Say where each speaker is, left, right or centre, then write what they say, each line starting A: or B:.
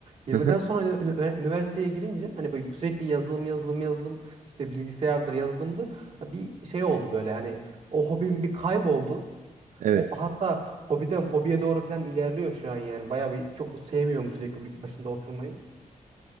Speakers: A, on the right; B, on the right.
A: Hı
B: 20'den
A: hı.
B: sonra ünü- ünü- üniversiteye girince hani böyle sürekli yazılım yazılım yazılım işte bilgisayardır yazılımdır Ha bir şey oldu böyle hani o hobim bir kayboldu.
A: Evet.
B: O hatta hobiden fobiye doğru falan ilerliyor şu an yani. Bayağı bir çok sevmiyorum sürekli bir başında oturmayı.